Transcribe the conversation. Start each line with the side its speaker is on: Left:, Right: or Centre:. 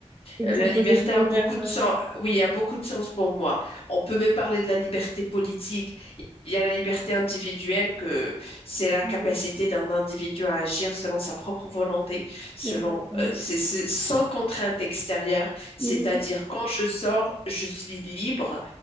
Right: et de
Left: la
Right: s'imposer
Left: liberté
Right: des
Left: a
Right: horaires.
Left: beaucoup de
Right: euh,
Left: sens. Oui, a beaucoup de sens pour moi. On peut me parler de la liberté politique. Il y a la liberté individuelle que c'est la
Right: mhm.
Left: capacité d'un individu à agir selon sa propre volonté, selon,
Right: Exactement.
Left: euh, c'est- c'est sans contrainte extérieure. C'est-à-dire,
Right: Mhm.
Left: quand je sors, je suis libre.